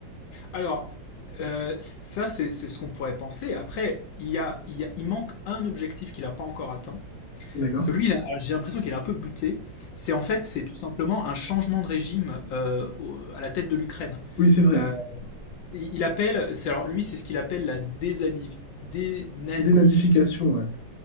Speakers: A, on the left; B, on the left.
A: Alors, euh, ça, c'est c'est ce qu'on pourrait penser. Après, il, y a, il, y a- il manque un objectif qu'il n'a pas encore atteint.
B: D'accord.
A: Parce que lui, il a- j'ai l'impression qu'il est un peu buté. C'est en fait, c'est tout simplement un changement de régime euh, au- à la tête de l'Ukraine.
B: Oui, c'est vrai.
A: Euh, il il appelle, c'est alors lui, c'est ce qu'il appelle la désanivi- dénazification.
B: Dénazification, ouais.